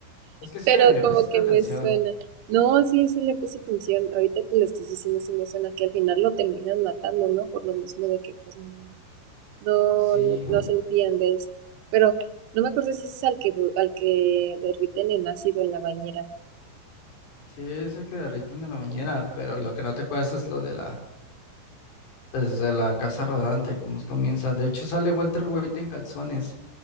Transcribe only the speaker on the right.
pero
como
que
me suena. No, sí, sí le puse atención. Ahorita que lo estás diciendo, sí me suena que al final lo terminan matando, ¿no? Por lo mismo de que pues no, no,
no, no se le fían de eso. Pero no me acuerdo si es al que al que derriten en ácido en la bañera.